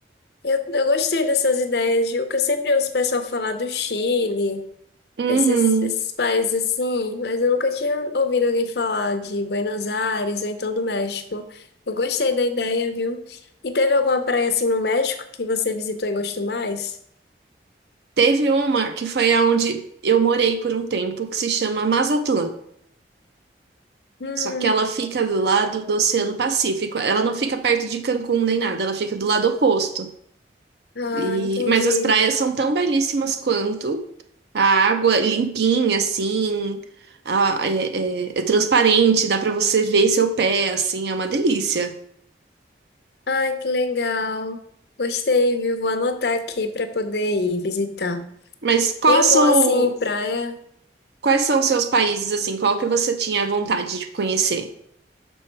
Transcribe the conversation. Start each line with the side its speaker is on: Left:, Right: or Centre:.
Left: Eu, eu gostei dessas ideias, viu? Que eu sempre ouço o pessoal falar do Chile,
Right: Uhum.
Left: esses, esses países assim, mas eu nunca tinha ouvido alguém falar de Buenos Aires ou então do México. Eu gostei da ideia, viu? E teve alguma praia assim no México que você visitou e gostou mais?
Right: Teve uma que foi aonde eu morei por um tempo, que se chama Mazatlán.
Left: Hum,
Right: Só que ela fica do lado do Oceano Pacífico. Ela não fica perto de Cancún nem nada, ela fica do lado oposto.
Left: ah,
Right: E...
Left: entendi.
Right: Mas as praias são tão belíssimas quanto. A água limpinha, assim, a- é, é- é transparente, dá pra você ver seu pé, assim, é uma delícia.
Left: Ai, que legal. Gostei, viu? Vou anotar aqui para poder ir visitar.
Right: Mas qual
Left: E é
Right: sou...
Left: bom assim, praia.
Right: quais são os seus países, assim? Qual que você tinha vontade de conhecer?